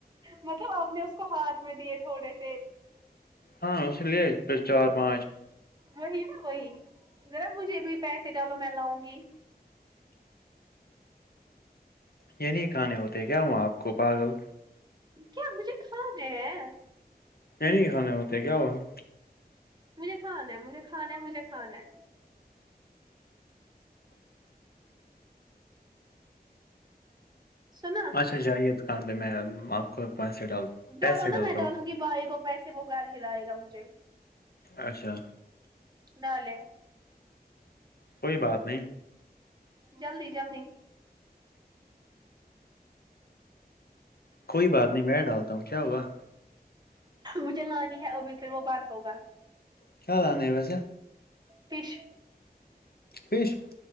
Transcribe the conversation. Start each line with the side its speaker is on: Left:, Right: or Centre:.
Right: مطلب آپ نے اس کو ہاتھ میں دیے تھوڑے سے
Left: ہاں اسے لے پھر چار پانچ
Right: وہی نا وہی ذرا مجھے بھی پیسے ڈالو میں لاؤں گی
Left: یہ نہیں کھانے ہوتے کیا وہاں آپ کو پاگل
Right: کیا مجھے کھانے ہے
Left: یہ نہیں کانے ہوتے کیا ہوا ہے
Right: مجھے کھانا ہے مجھے کھانا ہے مجھے کھانا ہے سنا
Left: اچھا جائیے دکان پہ میں آپ کو پینسے ڈال ہوں پیسے
Right: ڈالا نا
Left: ڈالتا
Right: میں ڈالوں گی بھائی کو پیسے وہ گھر ہی لائے گا مجھے
Left: اچھا
Right: ڈالے
Left: کوئی بات نہیں
Right: جلدی جلدی
Left: کوئی بات نہیں میں ڈالتا ہوں کیا ہوا
Right: مجھے لانی ہے ابھی پھر وہ بند ہوگا
Left: کیا لانے ہے ویسے
Right: فش
Left: فش